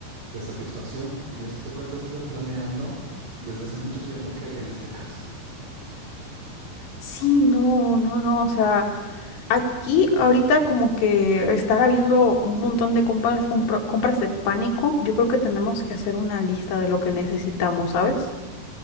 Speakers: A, on the right; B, on the left.
A: de satisfacción, porque yo te cuento, estuve planeando desde hace mucho tiempo qué haría en este caso.
B: Sí, no, no, no, o sea, aquí ahorita como que estar habiendo un montón de compras, un pro- compras de pánico, yo creo que tenemos que hacer una lista de lo que necesitamos, ¿sabes?